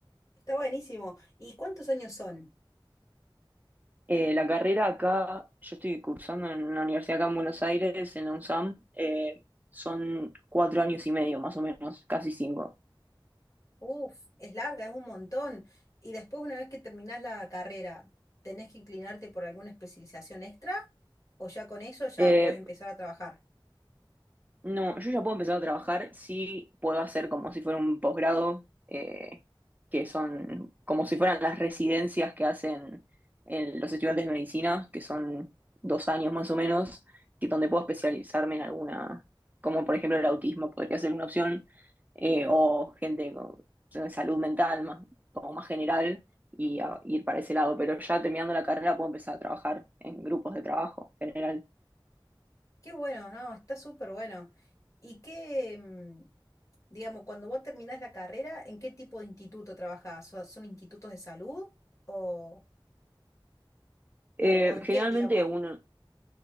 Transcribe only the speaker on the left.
está buenísimo. ¿Y cuántos años son?
Uf, es larga, es un montón. Y después, una vez que terminás la carrera, ¿tenés que inclinarte por alguna especialización extra? ¿O ya con eso ya
podés empezar a trabajar?
Qué bueno, no, está súper bueno. ¿Y qué, mm, digamos, cuando vos terminás la carrera, ¿en qué tipo de instituto trabajás? ¿So- ¿Son, institutos de salud o,
o, o en
qué, digamos?